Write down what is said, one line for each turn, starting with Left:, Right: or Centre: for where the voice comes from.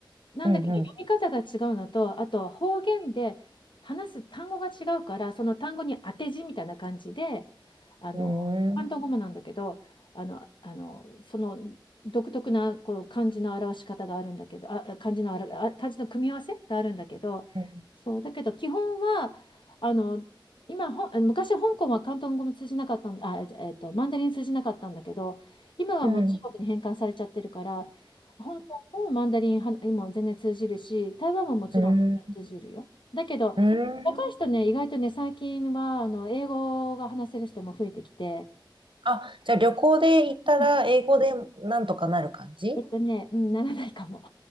Left: なんだけど読み方が違うのと、
Right: うん
Left: あとは方言で話す単語が違うから、その単語に当て字みたいな感じで、あの、
Right: うん。うーん。
Left: 広東語もなんだけど、あの、あの、その独特なこの漢字の表し方があるんだけど、あ、漢字の表、あ、漢字の組み合わせがあるんだけど、
Right: うん。
Left: そう、だけど基本は、あの、今、ほん、昔香港は広東語も通じなかったん、あ、えっと、マンダリン通じなかったんだけど、今はもう中国に返還されちゃってるから、
Right: うん。
Left: 香もうマンダリンは今全然通じるし、台湾ももちろん全然通じるよ。
Right: うん。
Left: だけど、
Right: うん。
Left: 若い人ね、意外とね、最近はあの英語が話せる人も増えてきて、
Right: あ、じゃあ旅行で行ったら英語でなんとかなる感じ
Left: うんえっとね、うん、ならないかも。